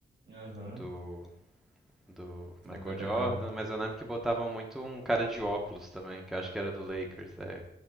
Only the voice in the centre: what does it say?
do, do
Michael
Jordan.
Mas eu lembro que botavam muito um cara de óculos também, que eu acho que era do Lakers. É,